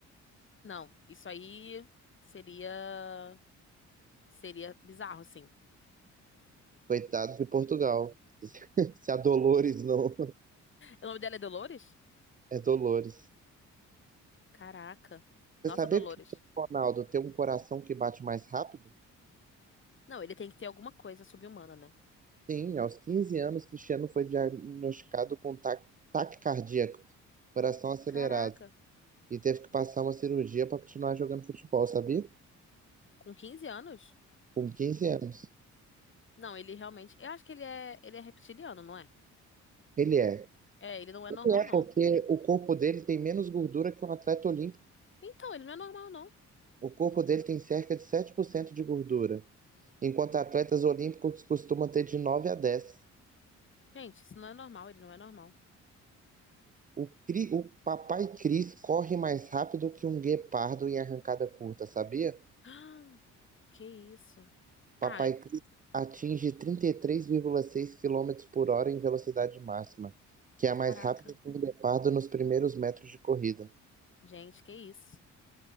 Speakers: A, on the left (about 40°); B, on the right (about 30°).
A: Não, isso aí seria seria bizarro, sim.
B: Coitado de Portugal. <laughs> Se a Dolores não. <laughs>
A: O nome dela é Dolores?
B: É Dolores.
A: Caraca. Nossa,
B: Você sabia
A: Dolores.
B: que o Cristiano Ronaldo tem um coração que bate mais rápido?
A: Não, ele tem que ter alguma coisa subhumana, né?
B: Sim, aos 15 anos, Cristiano foi diagnosticado com ta- taque cardíaco, coração acelerado,
A: Caraca.
B: e teve que passar uma cirurgia para continuar jogando futebol, sabia?
A: Com quinze anos?
B: Com 15 anos.
A: Não, ele realmente. Eu acho que ele é ele é reptiliano, não é?
B: Ele é.
A: É, ele não é normal,
B: Ele é
A: não.
B: porque o corpo dele tem menos gordura que um atleta olímpico.
A: Então, ele não é normal, não.
B: O corpo dele tem cerca de 7% de gordura, enquanto atletas olímpicos costumam ter de 9 a 10.
A: Gente, isso não é normal, ele não é normal.
B: O, Cri- o Papai Cris corre mais rápido que um guepardo em arrancada curta, sabia?
A: <gasps> Ah, Que isso?
B: Papai
A: Ai,
B: Cris atinge 33,6 quilômetros por hora em velocidade máxima, que é
A: caraca.
B: mais rápido que um guepardo nos primeiros metros de corrida.
A: Gente, que isso?